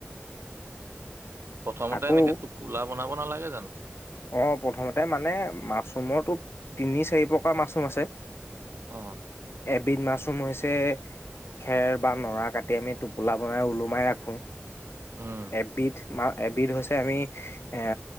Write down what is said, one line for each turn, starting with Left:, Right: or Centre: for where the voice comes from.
Right: প্ৰথমতে
Left: আকৌ,
Right: এনেকে টোপোলা বনাব নালাগে জানো
Left: অ প্ৰথমতে মানে মাছ। ৰুমটো তিনি চাৰি প্ৰকাৰ মাছৰুম আছে।
Right: অঁ।
Left: এবিধ মাছৰুম হৈছে, খেৰ বা নৰা কাটি আমি টোপোলা বনাই ওলোমাই ৰাখোঁ।
Right: উম
Left: এবিধ। ম এবিধ হৈছে, আমি এ